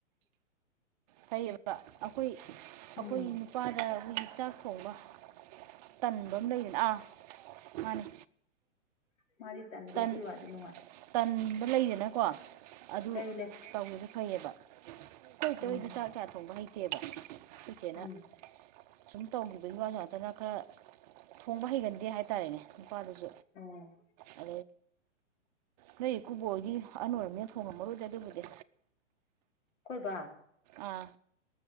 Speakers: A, on the right (about 35°); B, on the left (about 70°).
A: ꯐꯩꯌꯦꯕ ꯑꯩꯈꯣꯏ ꯑꯩꯈꯣꯏ
B: ꯎꯝ
A: ꯅꯨꯄꯥꯗ ꯑꯩꯈꯣꯏꯒꯤ ꯆꯥꯛ ꯊꯣꯡꯕ ꯇꯟꯕ ꯑꯃ ꯂꯩꯗꯅ ꯑꯥ ꯃꯥꯅꯤ
B: ꯃꯥꯗꯤ ꯇꯟꯗꯦ ꯑꯗꯨꯏ
A: ꯟ
B: ꯋꯥꯗꯤ ꯅꯨꯡꯉꯥꯏ
A: ꯇꯟꯕ ꯂꯩꯗꯅꯀꯣ ꯑꯗꯨ
B: ꯂꯩ ꯂꯩ
A: ꯇꯧꯒꯦꯁ ꯍꯌꯦꯕ ꯇꯣꯏ
B: ꯎꯝ
A: ꯇꯣꯏꯗ ꯆꯥꯛ ꯀꯌꯥ ꯊꯣꯡꯕ ꯍꯩꯇꯦꯕ ꯏꯆꯦꯅ
B: ꯎꯝ
A: ꯁꯨꯝ ꯇꯧꯈꯤ ꯑꯗꯨꯩꯒꯤ ꯋꯥꯗꯨ ꯉꯥꯛꯇꯅ ꯈꯔ ꯊꯣꯡꯕ ꯍꯩꯒꯟꯗꯦ ꯍꯥꯏꯇꯥꯔꯦꯅꯦ ꯅꯨꯄꯥꯗꯨꯁꯨ
B: ꯎꯝ
A: ꯑ ꯅ ꯀꯨꯕꯣꯛꯒꯤ ꯑꯟ ꯑꯣꯏꯔꯝꯃꯤꯅ ꯊꯣꯡꯉꯝꯃꯔꯨꯗ ꯑꯗꯨꯕꯨꯗꯤ
B: ꯀꯣꯏꯕ
A: ꯑꯥ